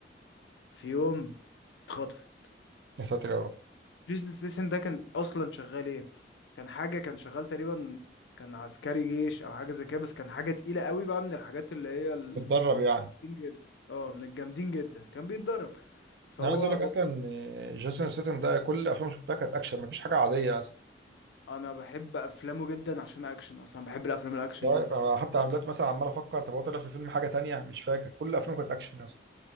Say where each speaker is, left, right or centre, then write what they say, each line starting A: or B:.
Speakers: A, on the left; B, on the right.
A: في يوم اتخطف
B: يا ساتر يا رب
A: جيسون ستيسن ده كان اصلا شغال ايه كان حاجه كان شغال تقريبا كان عسكري جيش او حاجه زي كده بس كان حاجه تقيله قوي بقى من الحاجات اللي هي الجامدين
B: بتدرب يعني
A: جدا اه من الجامدين جدا كان بيتدرب فهو
B: انا عايز اقول لك
A: بابا
B: اصلا إن جيسون ستاثام ده كل افلامه شفتها كانت اكشن مفيش حاجه عاديه اصلا
A: انا بحب افلامه جدا عشان اكشن اصلا بحب الافلام الاكشن
B: مش
A: جدا
B: عارف انا حتى أنا دلوقتي مثلا عمال افكر طب هو طلع في فيلم حاجه تانية مش فاكر كل افلامه كانت اكشن اصلا